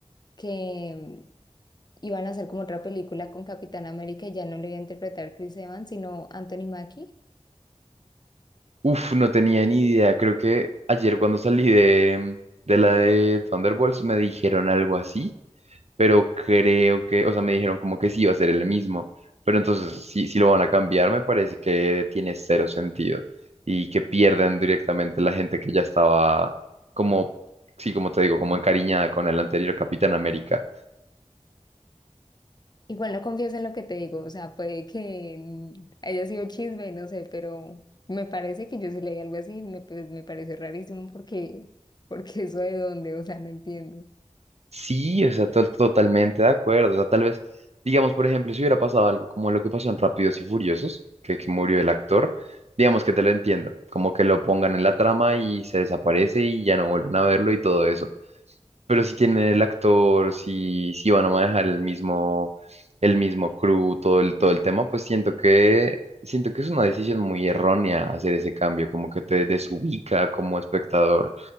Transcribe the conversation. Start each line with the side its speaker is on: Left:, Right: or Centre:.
Left: que mm, iban a hacer como otra película con Capitán América y ya no lo iba a interpretar Chris Evans, sino Anthony Mackie.
Right: Uf, no tenía ni idea. Creo que ayer cuando salí de, de la de Thunderbolts me dijeron algo así pero creo que, o sea, me dijeron como que sí iba a ser el mismo, pero entonces si, si lo van a cambiar, me parece que tiene cero sentido y que pierdan directamente la gente que ya estaba como, sí, como te digo, como encariñada con el anterior Capitán América.
Left: Igual no confieso en lo que te digo, o sea, puede que mm, haya sido chisme, no sé, pero me parece que yo sí leí algo así, me, pues, me pareció rarísimo porque, <laughs> porque eso de dónde, o sea, no entiendo.
Right: Sí, o sea, to- totalmente de acuerdo, o sea, tal vez, digamos, por ejemplo, si hubiera pasado algo como lo que pasó en Rápidos y Furiosos, que, que murió el actor. Digamos que te lo entiendo, como que lo pongan en la trama y se desaparece y ya no vuelven a verlo y todo eso Pero si tienen el actor, si, si van a manejar el mismo, el mismo crew, todo el, todo el tema, pues siento que, siento que es una decisión muy errónea hacer ese cambio, como que te desubica como espectador.